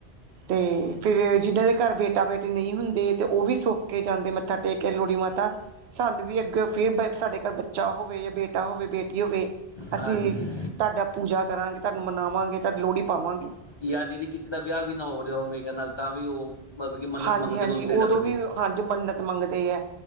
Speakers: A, on the right; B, on the left.
A: ਤੇ ਫੇਰ, ਜਿਨਾਂ ਦੇ ਘਰ ਬੇਟਾ ਬੇਟੀ ਨਹੀਂ ਹੁੰਦੇ ਤੇ ਉਹ ਵੀ ਸੁੱਖ ਕੇ ਜਾਂਦੇ ਮੱਥਾ ਟੇਕ ਕਿ ਲੋਹੜੀ ਮਾਤਾ, ਸਾਨੂੰ ਵੀ ਅੱਗੇਓਂ ਫਿਰ ਬਏ ਸਾਡੇ ਘਰ ਬੱਚਾ ਹੋਵੇ ਯਾ ਬੇਟਾ ਹੋਵੇ, ਬੇਟੀ ਹੋਵੇ। ਅਸੀਂ
B: ਹਾਂਜੀ
A: ਤਾਡਾ ਪੂਜਾ ਕਰਾਂਗੇ, ਤਾਨੂੰ ਮਨਾਵਾਂਗੇ, ਤਾਡੀ ਲੋਹੜੀ ਪਾਵਾਂਗੇ।
B: ਯਾ ਦੀਦੀ ਕਿਸੇ ਦਾ ਵਿਆਹ ਵੀ ਨਾ ਹੋ ਰਿਹਾ ਹੋਵੇ, ਮੈਂ ਕਿਆ ਨਾਲ ਤਾਂ ਵੀ ਉਹ ਮਤਲਬ ਕਿ ਮੰਨਤ
A: ਹਾਂਜੀ
B: ਮੰਗਦੇ
A: ਹਾਂਜੀ,
B: ਨੇ ਉਸ ਦਿਨ
A: ਉਦੋਂ
B: ਆਪਣੀ
A: ਵੀ ਹਾਂਜ ਮੰਨਤ ਮੰਗਦੇ ਐ।